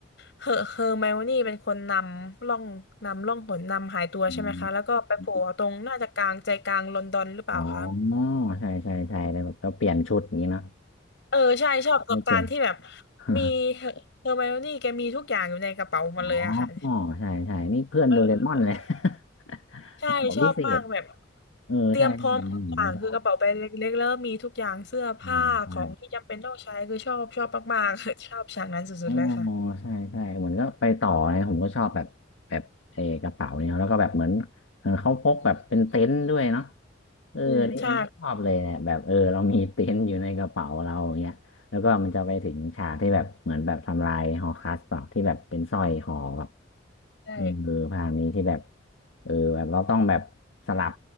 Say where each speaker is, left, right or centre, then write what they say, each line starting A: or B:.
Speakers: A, on the left; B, on the left.
A: เฮอเฮอร์ไมโอนี่เป็นคนนำล่องนำล่องหนนำหายตัวใช่ไหมคะแล้วก็ไปโผล่ตรงน่าจะกลางใจกลางลอนดอนหรือเปล่าคะ
B: อืม อ๋อใช่ใช่ใช่แต่แบบเราเปลี่ยนชุดอย่างนี้เนาะ
A: เออใช่ชอบประสบการณ์ที่แบบ
B: <laughs> ไม่เปลี่ยน <laughs>
A: มีเฮอเฮอร์ไมโอนี่แกมีทุกอย่างอยู่ในกระเป๋าหมาเลยอะค่ะ
B: อ๋อใช่ใช่นี่เพื่อนโดเรมอนเลย
A: เออ
B: <laughs>
A: ใช่ชอบมากแบบ
B: กระเป๋าพิเศษเออใช่ใช่นี่ผมก็ชอบ
A: เตรียมพร้อมทุกอย่างคือกระเป๋าใบเล็กๆแล้วมีทุกอย่างเสื้อผ้าของที่จำเป็นต้องใช้คือชอบชอบมากๆ
B: อ่าใช่
A: <laughs> ชอบฉากนั้นสุดๆเลยค่ะ
B: อ๋อใช่ใช่เหมือนก็ไปต่อนะผมก็ชอบแบบแบบเออกระเป๋าเนี่ยแล้วก็แบบเหมือนเหมือนเขาพกแบบเป็นเต็นท์ด้วยเนาะเออนี่อันนี้ชอบเลยเนี่ยแบบเออเรามีเต็นท์อยู่ในกระเป๋าเราอย่างเงี้ยแล้วก็มันจะไปถึงฉากที่แบบเหมือนแบบทำลายฮอคัสเปล่าที่แบบเป็นสร้อยคอแบบ
A: อืมใช่ใช่
B: เออภาคนี้ที่แบบเออแบบเราต้องแบบสลับ